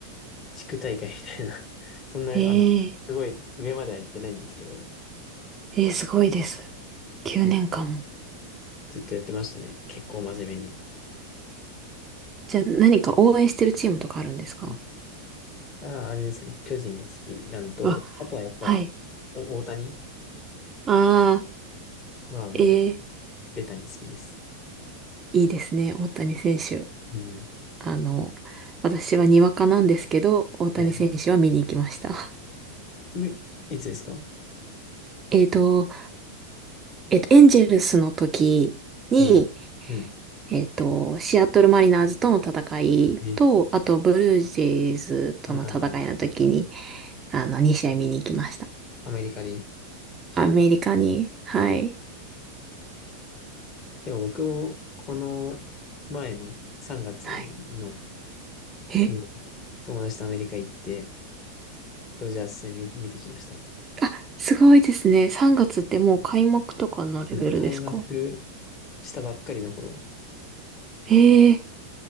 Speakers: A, on the left; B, on the right.
A: 地区大会みたいな <laughs> そんな、
B: ええ
A: あの、すごい上までは行ってないんですけど、
B: ええすごいです。9年間も。
A: 野球ずっとやってましたね。結構真面目に。
B: じゃあ何か応援してるチームとかあるんですか
A: うん。あ、あれですね。巨人が好きなのと、
B: あ、
A: あとはやっぱ、
B: はい。
A: お大谷
B: ああ、
A: はもう、
B: ええ
A: ベタに好きです。
B: いいですね。大谷選手。
A: うん。
B: あの、私はにわかなんですけど、大谷選手は見に行きました。
A: はいはい。
B: <laughs>
A: みいつですか
B: えっと、えっと、エンジェルスの時に、
A: ええうん。
B: えっと、シアトルマリナーズとの戦いと、
A: ええ
B: あとブルージェイズとの戦いの時に、
A: はいはいはい。
B: あの、2試合見に行きました。
A: アメリカで。
B: アメリカに、はい。
A: ええでも僕も、この前の3月の
B: はい。え、
A: に友達とアメリカ行って、ドジャース戦見、見てきました。
B: あ、すごいですね。3月ってもう開幕とかのレベルですか
A: うん。開幕したばっかりの頃。
B: ええ